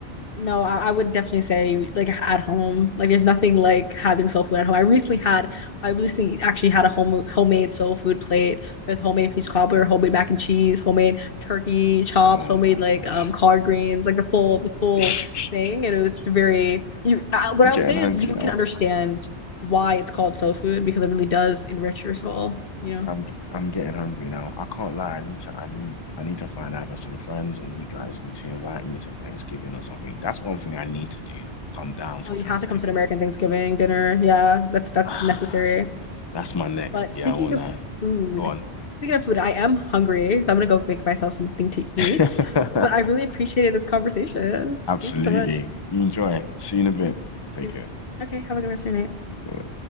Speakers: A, on the left (about 55°); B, on the left (about 25°).
A: No, I, I would definitely say like at home. Like there's nothing like having soul food at home. I recently had I recently actually had a home homemade soul food plate with homemade peach cobbler, homemade mac and cheese, homemade turkey chops,
B: Oh
A: homemade
B: my
A: like
B: gosh.
A: um collard greens, like the full the full
B: <laughs>
A: thing. And it was very you uh, what
B: I'm
A: I'll
B: getting
A: say
B: hungry
A: is you
B: now.
A: can understand why it's called soul food because it really does enrich your soul, you know.
B: I'm I'm getting hungry now. I can't lie. I need to I need I need to find either some friends or you guys need to invite me to Thanksgiving or something. That's one thing I need to do. Come down for
A: Oh, you
B: Thanksgiving.
A: have to come to an American Thanksgiving dinner. Yeah, that's that's
B: <sighs>
A: necessary.
B: That's my next.
A: But
B: Yeah,
A: speaking
B: I won't
A: of
B: lie.
A: food,
B: Go
A: speaking of food, I am hungry, so I'm gonna go make myself something to eat.
B: on.
A: But I
B: <laughs>
A: really appreciated this conversation.
B: Absolutely.
A: Thank you so much.
B: You enjoy. See you in a bit. Take
A: Yeah.
B: care.
A: Okay, have a good rest of your night.
B: Bye.